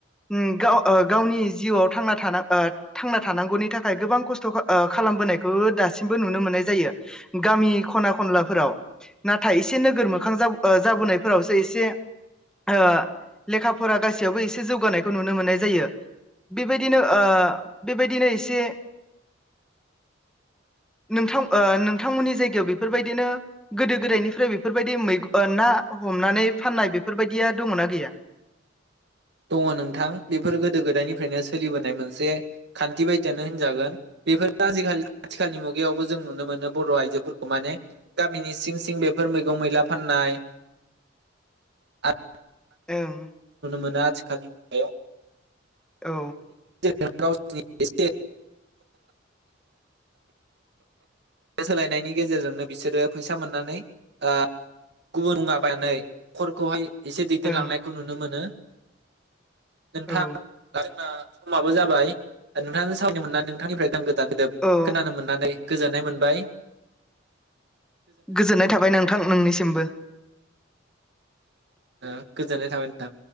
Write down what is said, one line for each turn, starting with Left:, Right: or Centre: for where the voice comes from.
Centre: उम ओ गाव गावनि जिउआव थांना ओ थानांगौनि थाखाय गोबां खस्थ'ओ खालामबोनायखौ दासिमबो नुनो मोननाय जायो गामि खना खनलाफोराव नाथाय एसे नोगोर मोखां ओ जाबोनायफोरावसो एसे ओ लेखा फरा गासैयावबो एसे जौगानायखौ नुनो मोननाय जायो बेबायदिनो ओ बेबायदिनो एसे नोंथां ओ नोंथांमोननि जायगायाव बेफोरबायदिनो गोदो गोदायनिफ्राय बेफोरबायदि ओ मै ना हमनानै फाननाय बेफोरबायदि बिदिया दङना गैया।
Right: दङ नोंथां बेफोर गोदो गोदायनिफ्रायनो सोलिबोनाय मोनसे खान्थि बायदियानो होनजागोन बेफोरो आजिखालि आथिखालनि मुगायावबो जों नुनो मोनो बर' आइजोफोरखौ माने गामिनि सिं-सिं बेफोर मैगं मैला फाननाय आरो
Centre: ओं।
Right: मोना आथिखालनि मुगायाव।
Centre: औ।
Right: <unintelligible> <unintelligible> गावसिनिसे सोलायनायनि गेजेरजोंनो बिसोरो फैसा मोननानै ओ- गुबुन नुङाबानै खरखौहाय। एसे दैदेनलांनायखौ
Centre: ओं
Right: नुनो। मोनो। नोंथां
Centre: औ
Right: <unintelligible> जोंना। समाबो जाबाय नोंथांजों सावनो मोननानै नोंथांनिफ्राय गांगोन। दानदोब
Centre: औ
Right: खोनानो मोननानै। गोजोननाय मोनबाय।
Centre: गोजोननाय थाबाय नोंथां नोंनिसिमबो।
Right: ओ- गोजोननाय थाबाय नोंथां।